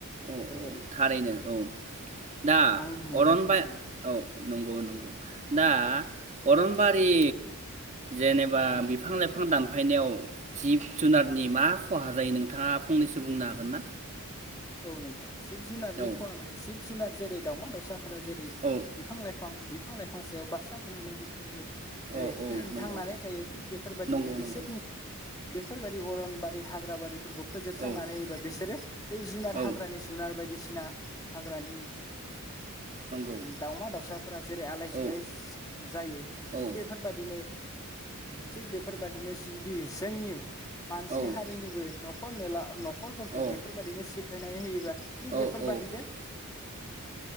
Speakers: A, on the right; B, on the left.
A: औ
B: बेफोरबायदि
A: औ थारैनो औ दा
B: आंनि मोनदांथियाव
A: अरन बाइ
B: जों
A: औ। नंगौ नंगौ दा अरनबारि जेनेबा बिफां लाइफां दानफायनायाव जिब जुनारनि मा खहा जायो नोंथाङा फंनैसो बुंनो हागोन ना?
B: औ नोंथां। जिब जुनारनि
A: औ
B: खहा माने जिब जुनार जेरै दावमा दाउसा। फोर जेरै
A: औ
B: बिफां लाइफां बिफां लाइफां सायाव बासा बोनानै बिसोरबो जेरै
A: औ औ नंगौ
B: थांनानै थायो थिग बेफोरबायादिनो
A: नंगौ
B: बिसोरनि
A: नंगौ
B: बेफोरबायदि अरनबारि हाग्रा बारिफोरखौ फोजोबस्रांनानैबा
A: औ
B: बिसोरो जुनार
A: औ
B: हाग्रानि जुनार बायदिसिना हाग्रानि
A: नंगौ
B: दावमा दाउसाफोरा जेरै आलाय
A: औ
B: सिलाय जायो
A: औ
B: थिग बेफोरबादिनो थिग बेफोरबायादिनो जुदि जोंनि मानसि
A: औ
B: हारिनिबो नख खर न'ला न खर फोरखौ
A: औ
B: बेफोर सिफायनानै होयोबा थिग
A: औ
B: बेफोरबादि
A: औ
B: दे <unintelligible>